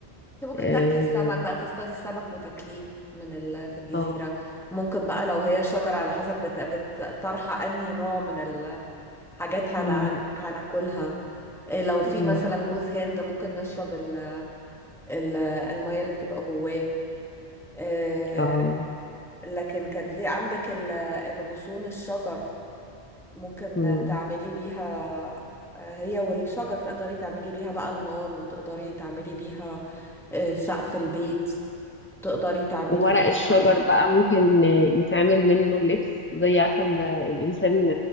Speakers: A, in the centre; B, on the left (about 20°).
A: انت ممكن
B: اه
A: تاكلي السمك بقى تصطادي السمك وتاكليه من ال... في الجزيرة
B: اه
A: ممكن بقى لو هي شجرة على حسب بت... بت... طرحة انهي نوع من الحاجات هن...
B: مم.
A: هن... هناكلها إيه لو في
B: مم.
A: مثلا جوز هند ممكن نشرب ال... ال... المية اللي بتبقى جواه إيه
B: اه
A: لكن كجزيرة عندك ال... الغصون الشجر ممكن
B: مم.
A: تعملي بيها هي والشجر تقدري تعملي بيها بقى النار وتقدري تعملي بيها آه، سقف البيت تقدري تعملي
B: وورق
A: بيها
B: الشجر بقى ممكن يتعمل منه اللبس زي عارفة ال- الإنسان